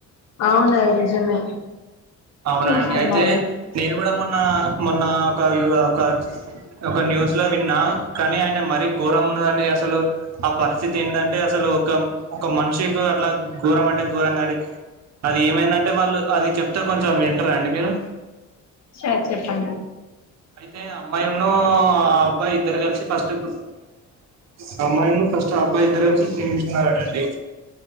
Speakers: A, on the left (about 55°); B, on the right (about 55°).
A: అవునది నిజమే
B: అవున
A: చూసాం
B: అండి అయితే
A: అది
B: నేను కూడా మొన్ న్న మొన్న ఒక ఒక ఒక న్యూస్ లో విన్నా కానీ ఆయన మర ఘోరం ఉన్నదండి అసలు ఆ పరిస్థితి ఏంటంటే అసలు ఒక ఒక మనిషికి అట్లా ఘోరం అంటే ఘోరంగా అది ఏమైందంటే వాళ్ళు అది చెప్ తో కొంచెం వింటార అండి మీరు
A: సార్ చెప్పండి
B: అయితే అమ్మాయి న్ను ఆ అబ్బాయి ఇద్దరు కలిసి ఫస్ట్ ఆ అమ్మాయి ఫస్ట్ ఆ అబ్బాయి ఇద్దరు కలిసి ప్రేమించకున్నారట అండి